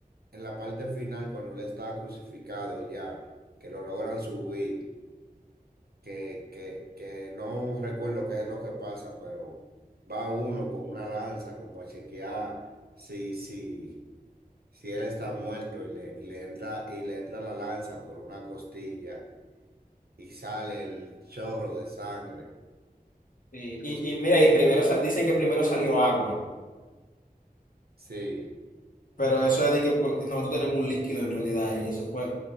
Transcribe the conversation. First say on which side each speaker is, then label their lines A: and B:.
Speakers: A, on the right (about 85°); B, on the left (about 60°).
A: en la parte final, cuando él está crucificado ya, que lo logran subir, que, que, que no recuerdo qué es lo que pasa, pero va uno con una lanza como a chequear si, si, si él está muerto y le, y le entra, y le entra la lanza por una costilla y sale el chorro de sangre.
B: Y,
A: Entonces-
B: y, y mira, y primero sa- dicen que primero salió agua.
A: Sí,
B: Pero eso es de que por- nosotros tenemos un líquido en realidad y eso fue,